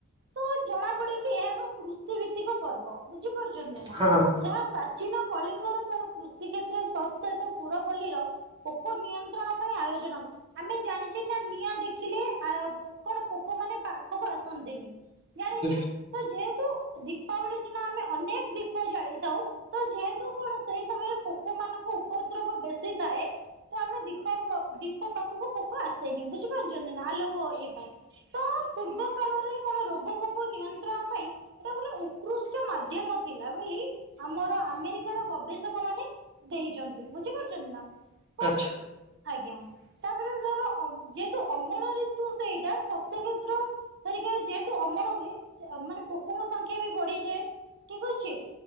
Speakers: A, on the right (about 60°); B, on the right (about 20°).
A: ତ ଜଣା ପଡେ କିି ଏହା ଏକ କୃଷ ଭିତ୍ତିକ ପର୍ବ, ବୁଝିପାରୁଛନ୍ତି ନା।
B: ହଁ
A: ଯାହା ପ୍ରା ଚୀନ କଳିଙ୍ଗର ତାର କୃଷି କ୍ଷେତ୍ର ତତ୍ ସହିତ ପୁରପଲ୍ଲୀର ପୋକ ନିୟନ୍ତ୍ରଣ ପାଇଁ ଆୟୋଜନ ଆମେ ଜାଣିଛେ ନା ନିଆଁ ଦେ ଖିଲେ ଆ, ପୋ- କଣ ପୋକ ମାନେ ପାଖକୁ ଆସନ୍ତିନି, ଜାଣିଛି,
B: ଠିକ
A: ତ ଯେହେତୁ ଦୀପାବଳି ଦିନ ଆମେ ଅନେକ ଦୀପ ଜାଳିଥାଉ ତ ଯେହେତୁ କଣ ସେଇ ସମୟରେ ପୋକ ମାନଙ୍କ ଉପଦ୍ରବ ବେଶୀ ଥାଏ। ତ ଆମେ ଦୀପାବ ଦୀପ ପାଖକୁ ପୋକ ଆସେନି, ବୁଝିପାରୁ ନା ଆଲୋକ ଇଏ ପାଇଁ, ତ ପୂର୍ବ କାଳରେ କଣ ରୋଗ ପୋଗ ନିୟନ୍ତ୍ରଣ ପାଇଁ ଏଟା ଗୋଟେ ଉକୃଷ୍ ମାଧ୍ୟମ ଥିଲା ବୋଲି ଆମର ଆମେରିକାର ଗବେଷକ ମାନେ ଦେଇଚନ୍ତି, ବୁଝିପାରୁଛନ୍ତି ନା? କଣ
B: ଆଚ୍ଛା।
A: ଆଜ୍ଞା, ତାପରେ ଧର ଆଉ ଯେ ଅମଳ ଋତୁ ସେଇଟା ଶସ୍ୟ କ୍ଷେତ୍ର <unintelligible> ଯେହେତୁ ଅମଳ ହୁଏ ସେ ଏ ମାନେ ପୋକର ସଂଖ୍ୟା ବି ବଢିଯାଏ। ଠିକ ଅଛି।